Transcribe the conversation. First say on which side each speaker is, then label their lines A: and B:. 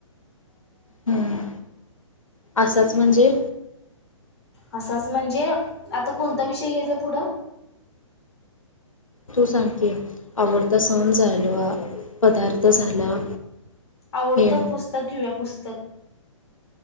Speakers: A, on the left; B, on the left.
A: हम्म, असंच म्हणजे.
B: असंच म्हणजे आता कोणता विषय घ्यायचा पुढं?
A: तू सांग की, आवडता सण झाला, पदार्थ झाला.
B: आवडतं
A: हे
B: पुस्तक घेऊया, पुस्तक.